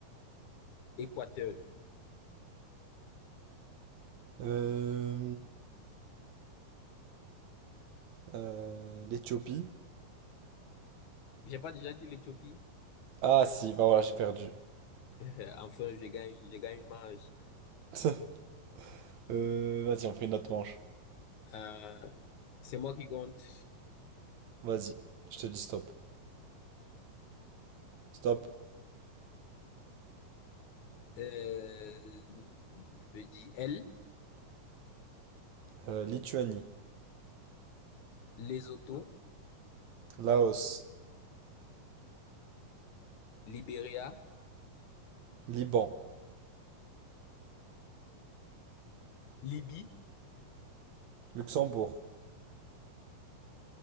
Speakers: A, on the left; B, on the right.
A: Équateur.
B: Euh, euh, l'Éthiopie.
A: J'ai pas déjà dit l'Éthiopie?
B: Ah, si, bah voilà, j'ai perdu.
A: <laughs> Enfin, je gagne, je gagne une manche.
B: <laughs> Euh, vas-y, on fait une autre manche.
A: Euh, c'est moi qui compte.
B: Vas-y, je te dis stop. Stop.
A: Euh, je peux dire L,
B: Euh, Lituanie.
A: Lesotho,
B: Laos.
A: Libéria.
B: Liban.
A: Libye,
B: Luxembourg.